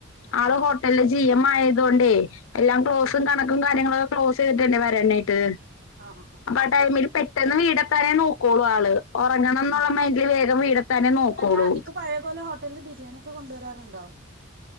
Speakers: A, on the left; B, on the right.
A: ആള്
B: ആഹ്
A: ഹോട്ടൽല് ജീ എം ആയതോണ്ടേ എല്ലാം ക്ലോസും
B: ആഹ്
A: കണക്കും കാര്യങ്ങളു ക്ലോസ് ചെയ്തിട്ട് വേണ്ടേ വരാനായിട്ട്.
B: ആഹ് ഹ ആഹ്.
A: അപ്പ ആ ടൈമില് പെട്ടെന്ന് വീടെത്താനെ നോക് ക്കോളൂ ആള്. ഒറങ്ങണംന്ന്ള്ള
B: ആഹ്
A: മൈന്റില് വേഗം വീടെത്താനെ നോക്കൂളൂ.
B: അല്ല ഇപ്പൊ പഴയ പോലെ ഹോട്ടൽന്ന് ബിരിയാണിക് ക്കെ കൊണ്ട് വരാറ്ണ്ടോ?